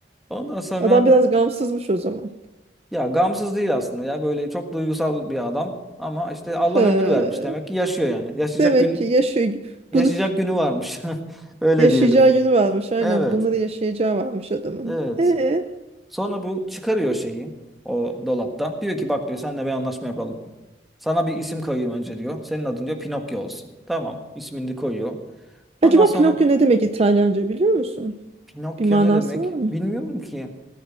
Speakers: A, in the centre; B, on the right.
A: Ondan sonra
B: Adam biraz gamsızmış o zaman.
A: Ya gamsız değil aslında ya böyle çok duygusal bir adam ama işte Allah
B: He.
A: ömür vermiş demek ki yaşıyor yani. Yaşayacak
B: Demek
A: gün
B: ki yaşıyor. gibi.
A: yaşayacak
B: Bunu
A: günü varmış. <laughs> Öyle
B: Yaşayacağı
A: diyelim.
B: günü varmış aynen.
A: Evet.
B: Bunları yaşayacağı varmış adamın.
A: Evet.
B: Ee,
A: Sonra bu çıkarıyor şeyi o dolaptan. Diyor ki bak diyor seninle bir anlaşma yapalım. Sana bir isim koyayım önce diyor. Senin adın diyor Pinokyo olsun. Tamam. ismini de koyuyor. Ondan
B: acaba
A: sonra
B: Pinokyo ne demek İtalyanca biliyor musun?
A: Pinokyo
B: Bir manası
A: ne demek?
B: var mı?
A: Bilmiyorum ki.